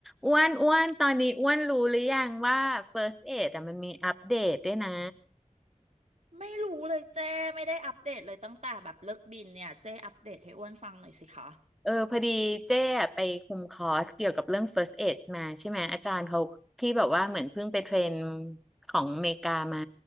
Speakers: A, in the centre; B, on the right (about 60°).
A: อ้วนอ้วนตอนนี้อ้วนรู้หรือยังว่า First Aid อะมันมีอัปเดตด้วยนะ
B: ไม่รู้เลยเจ้ไม่ได้อัปเดตเลยตั้งแต่แบบเลิกบินเนี่ยเจ้อัปเดตให้อ้วนฟังหน่อยสิคะ
A: เออพอดีเจ้อะไปคุมคอร์สเกี่ยวกับเรื่อง First Aid มาใช่ไหมอาจารย์เขาที่แบบว่าเหมือนเพิ่งไปเทรนของอเมริกามา